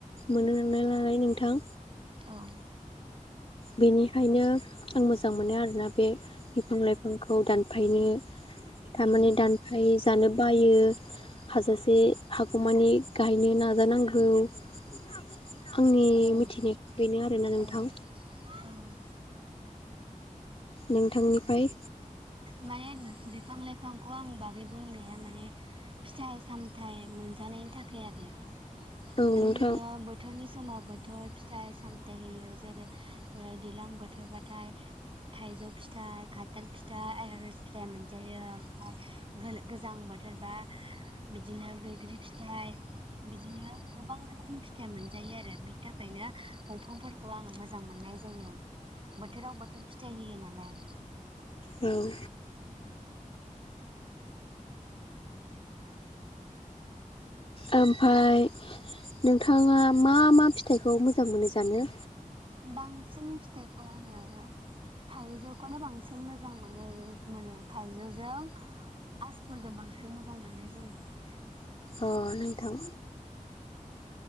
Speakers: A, on the left; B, on the right.
A: मोनो नालाय नोंथां
B: औ।
A: बेनिखायनो आं मोजां मोनो आरोना बे बिफां लाइफांखौ दानफायनो थारमाने
B: उम
A: दानफाय जानो बायो हाजासे हागौमानि गायनो नाजानांगौ आंनि
B: औ
A: मिथिनाया बेनो आरोना नोंथां।
B: औ औ
A: नोंथांनिफ्राय
B: माने बिफां लाइफांखौ आं बागै बुंनाया माने फिथाइ सामथाइ मोनजानायनि थाखाय आरो
A: औ
B: माने
A: नोंथां
B: नोङो बोथोरनि समाव बोथोर फिथाइ सामथायाइ होयो जेरै दैज्लां बोथोरबाथाय थाइजौ फिथाइ खानथाल फिथाइ आनारस फिथाइ मोनजायो ओमफ्राय गो-गोजां बोथोरबा बिदिनो बैग्रि फिथाइ बिदिनो गोबां रोखोम फिथाइ मोनजायो आरो बिनि थाखायनो दंफांफोरखौ आङो मोजां मोननाय जायो। बोथोराव बोथोर फिथाइ होयो नालाय
A: औ ओमफ्राय नोंथाङा मा मा फिथाइखौ मोजां मोनो जानो?
B: बांसिन फिथाइखौ आङो थाइजौखौनो बांसिन मोजां मोनो मोनो थाइजौजों आसफोरजों बांसिन मोजां मोननाय जायो।
A: अ नोंथां